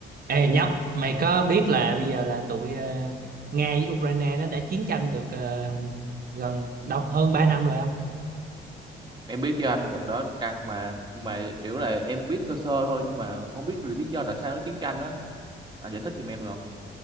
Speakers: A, on the right; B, on the right.
A: Ê nhóc, mày có biết là bây giờ là tụi ờ, Nga với Ukraine nó đã chiến tranh được ờ, gần đâu hơn 3 năm rồi không?
B: em biết với anh đợt đó căng mà nhưng mà kiểu là em biết sơ sơ thôi nhưng mà không biết là lý do tại sao nó chiến tranh đó anh giải thích giùm em được không